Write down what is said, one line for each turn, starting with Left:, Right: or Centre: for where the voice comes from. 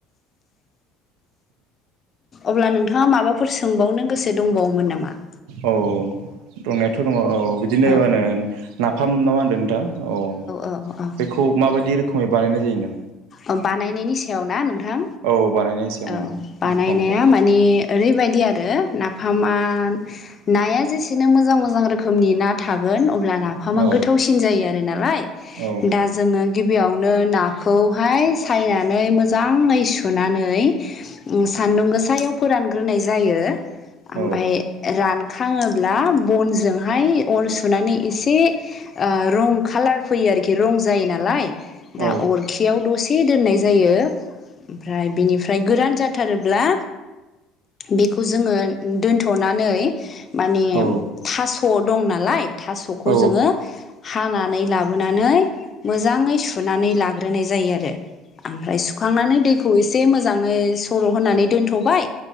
Left: अब्ला नोंथाङा माबाफोर सोंबावनो गोसो दंबावोमोन नामा?
Right: औ दंनायाथ' दङ औ बिदिनो
Left: औ
Right: मा होनो नाफाम ना मा होनदों नोंथां औ
Left: औ औ
Right: बेखौ माबायदि रोखोमै बानायनाय जायो नो
Left: ओ बानायनायनि सायाव ना नोंथां
Right: औ बानायनायनि सायाव माने
Left: औ बानायनाया
Right: नाफामखौ
Left: माने ओरैबायदि आरो नाफामा नाया जेसेनो मोजां मोजां रोखोमनि ना थागोन अब्ला ना फामा
Right: औ
Left: गोथावसिन जायो आरो नालाय
Right: औ
Left: दा जोङो गिबियावनो नाखौ हाय सायनानै मोजाङै सुनानै ओम सान्दुं गोसायाव फोरानग्रोनाय जायो
Right: औ
Left: ओमफाय रान खाङोब्ला बनजोंहाय अर सुनानै एसे ओ रं खालार फैयो आरोखि रं जायो नालाय दा
Right: औ
Left: अर खियाव दसे दोननाय जायो ओमफ्राय बेनिफ्राय गोरान जाथारोब्ला बेखौ जोङो दोन्थ'नानै माने
Right: औ
Left: थास' दं नालाय थास'खौ
Right: औ
Left: जोङो हानानै लाबोनानै मोजाङै सुनानै लाग्रोनाय जायो आरो। ओमफ्राय सुखांनानै दैखौ एसे मोजाङै सर' होनानै दोनथ'बाय